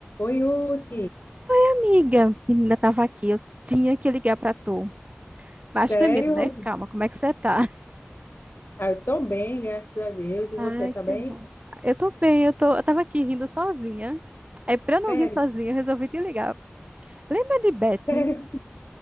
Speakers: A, on the left; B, on the right.
A: Oi, Ruth.
B: Amiga, menina tava aqui, eu tinha que ligar pra tu.
A: Sério,
B: Mas primeiro, né?
A: Ruth?
B: Calma, como é que você tá?
A: Ah, eu tô bem, graças a Deus. E
B: Ai,
A: você tá bem?
B: que bom. Eu tô bem, eu tô, eu tava aqui rindo sozinha. Aí pra eu não
A: Sério?
B: rir sozinha, eu resolvi te ligar. Lembra de Betty?
A: <laughs> Sério?